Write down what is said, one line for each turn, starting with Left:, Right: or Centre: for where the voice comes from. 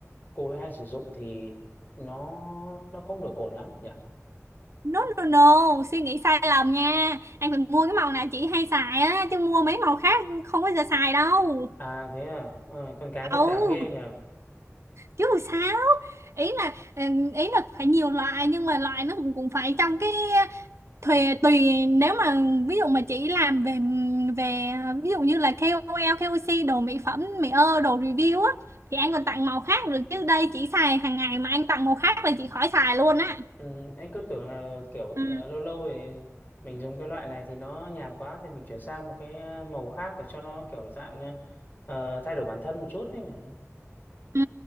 Left: cô ấy hay sử dụng thì nó nó không được ổn lắm nhỉ
Right: no no no suy nghĩ sai lầm nha anh phải mua cái màu nào chị hay xài á chứ mua mấy màu khác không bao giờ xài đâu
Left: à thế à Ờ, con cái phức
Right: ấu
Left: tạp ghê nhỉ
Right: chứ sao ý là ừm, ý là phải nhiều loại nhưng mà loại nó cũng cũng phải trong cái thuê tùy nếu mà ví dụ mà chị làm về về ví dụ như là ca O lờ, ca O KOC đồ mỹ phẩm, mỹ ơ, đồ review á thì anh còn tặng màu khác được chứ đây chị xài hàng ngày mà anh tặng màu khác là chị khỏi xài luôn á.
Left: Ừ, anh cứ tưởng là kiểu
Right: Ừ.
Left: ờ, lâu lâu thì mình dùng cái loại này thì nó nhàm quá thì mình chuyển sang một cái ờ, màu khác để cho nó kiểu dạng ờ, thay đổi bản thân một chút ấy mà.
Right: Ừ.